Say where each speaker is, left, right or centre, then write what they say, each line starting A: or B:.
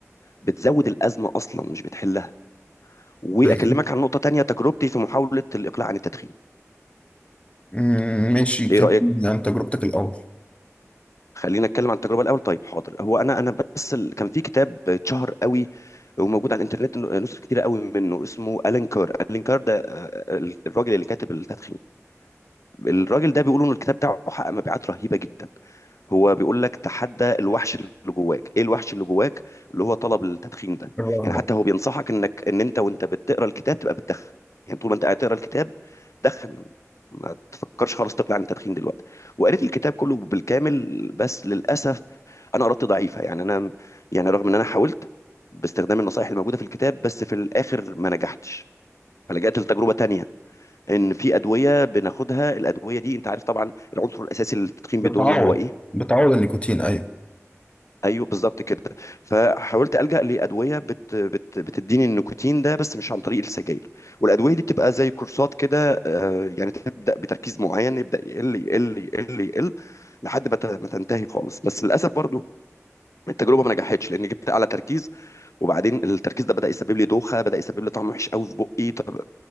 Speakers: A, on the left (about 70°); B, on the left (about 25°).
A: بتزود الازمه اصلا مش بتحلها واكلمك
B: زي-
A: عن نقطه تانية تجربتي في محاوله الاقلاع عن التدخين
B: مم، ماشي
A: ايه
B: كلمني
A: رايك
B: عن تجربتك الأول
A: خلينا نتكلم عن التجربه الاول طيب حاضر هو انا انا بس ال... كان في كتاب اتشهر قوي وموجود على الانترنت نسخ كتيره قوي منه اسمه الين كار الين كار ده آه، الراجل اللي كاتب التدخين الراجل ده بيقولوا ان الكتاب بتاعه حقق مبيعات رهيبه جدا هو بيقول لك تحدى الوحش اللي جواك ايه الوحش اللي جواك اللي هو طلب التدخين ده
B: الرغبة
A: يعني حتى هو بينصحك انك ان انت وانت بتقرا الكتاب تبقى بتدخن يعني طول ما انت قاعد تقرا الكتاب دخن ما تفكرش خالص تقلع عن التدخين دلوقتي وقريت الكتاب كله بالكامل بس للاسف انا قرأت ضعيفه يعني انا يعني رغم ان انا حاولت باستخدام النصائح الموجوده في الكتاب بس في الاخر ما نجحتش فلجأت لتجربه تانية ان في ادويه بناخدها الادويه دي انت عارف طبعا العنصر الاساسي اللي التدخين
B: بتعوض
A: بيديه لنا هو ايه
B: بتعوض النيكوتين أيوه
A: ايوه بالظبط كده فحاولت الجا لادويه بت بت بتديني النيكوتين ده بس مش عن طريق السجاير والادويه دي بتبقى زي كورسات كده آه، يعني تبدا بتركيز معين يبدا يقل يقل يقل يقل لحد ما ت- ما تنتهي خالص بس للاسف برضو التجربه ما نجحتش لان جبت اعلى تركيز وبعدين التركيز ده بدا يسبب لي دوخه بدا يسبب لي طعم وحش قوي في بقي طب